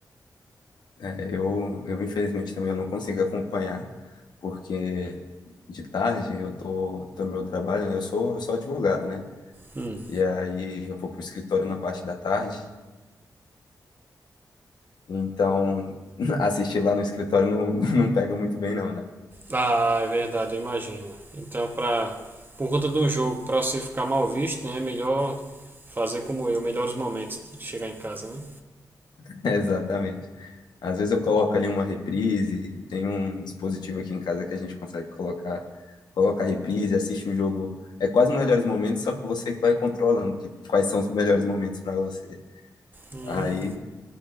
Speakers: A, on the left; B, on the right.
A: É, eu, eu infelizmente também eu não consigo acompanhar, porque de tarde eu tô, tô no meu trabalho, né? Eu sou, eu sou advogado, né?
B: Hum.
A: E aí eu vou pro escritório na parte da tarde, então <laughs> assistir lá no escritório não, <laughs> não pega muito bem não, né?
B: Ah, é verdade, eu imagino. Então, pra, por conta do jogo, pra você ficar mal visto, né? É melhor fazer como eu, melhores momentos de chegar em casa, né?
A: <laughs> Exatamente. Às vezes eu coloco ali uma reprise, tem um dispositivo aqui em casa que a gente consegue colocar, colocar reprise, assiste o jogo. É quase os melhores momentos, só que você que vai controlando que- quais são os melhores momentos para você.
B: Hum.
A: Aí